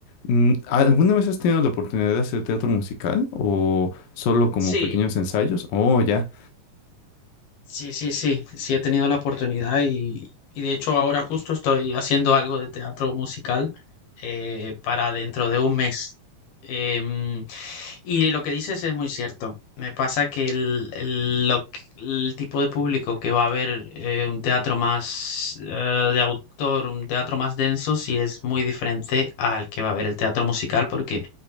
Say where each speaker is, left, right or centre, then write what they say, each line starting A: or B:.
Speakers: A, on the left; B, on the left.
A: mm, ¿alguna vez has tenido la oportunidad de hacer teatro musical o solo como
B: Sí.
A: pequeños ensayos? Oh, ya.
B: Sí, sí, sí, sí he tenido la oportunidad y, y de hecho ahora justo estoy haciendo algo de teatro musical eh, para dentro de un mes. Em, y lo que dices es muy cierto. Me pasa que el, el, lo que- el tipo de público que va a ver eh, un teatro más eh, de autor, un teatro más denso, sí es muy diferente al que va a ver el teatro musical, porque